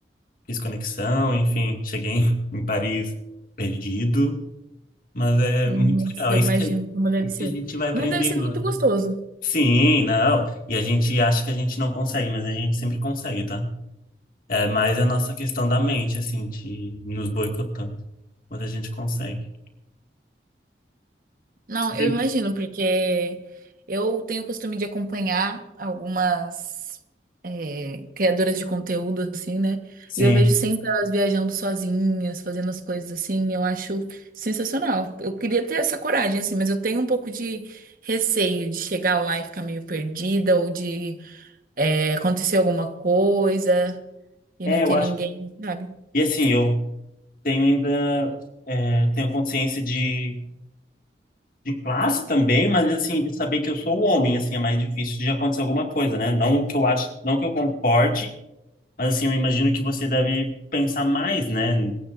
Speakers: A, on the left (about 50°); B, on the right (about 50°).
A: fiz conexão, enfim, cheguei <laughs> em em Paris perdido, mas é
B: Nossa,
A: muito legal.
B: eu
A: Isso
B: imagino
A: que,
B: como deve
A: isso
B: ser.
A: que a gente vai aprendendo.
B: Mas deve ser muito gostoso.
A: Sim, não. E a gente acha que a gente não consegue, mas a gente sempre consegue, tá? É mais a nossa questão da mente, assim, de nos boicotando. Mas a gente consegue.
B: Não,
A: Sim.
B: eu imagino, porque eu tenho o costume de acompanhar algumas é, criadoras de conteúdo, assim, né?
A: Sim.
B: E eu vejo sempre elas viajando sozinhas, fazendo as coisas assim, eu acho sensacional. Eu queria ter essa coragem, assim, mas eu tenho um pouco de receio de chegar lá e ficar meio perdida, ou de é, acontecer alguma coisa e
A: É,
B: não
A: eu
B: ter
A: acho.
B: ninguém, sabe?
A: E assim, eu tenho ainda. é, tenho consciência de, de classe também, mas assim, de saber que eu sou homem, assim, é mais difícil de acontecer alguma coisa, né? Não que eu acho, não que eu concorde, mas assim, eu imagino que você deve pensar mais, né?